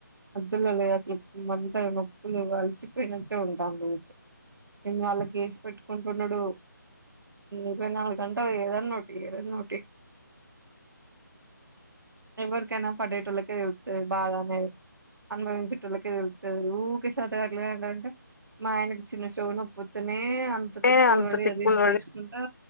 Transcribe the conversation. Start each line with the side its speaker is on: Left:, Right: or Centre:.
Right: అద్దులలే అసలు అంతా నొప్పులు అలసిపోయినట్టే ఉంటది ఊకె నేను వాళ్ళ ఏసి పెట్టుకుంటుండు ఇరవై నాలుగు గంటలు ఏద ఏదన్నోటి ఏదన్నోటి ఎవరికైనా పడేటోల్కె తెలుత్తది బాధనేది అనుభవించేతోళ్ళకే తెలుత్తది ఊకె శాతగట్లరంటారు అంటే మా ఆయనకు చిన్న చెవు నొప్పుతనే అ అ తిప్పులు
Left: ఏ అంత
Right: పడి
Left: తిక్కులు
Right: అది ఇది
Left: పడి
Right: చేసుకుంటా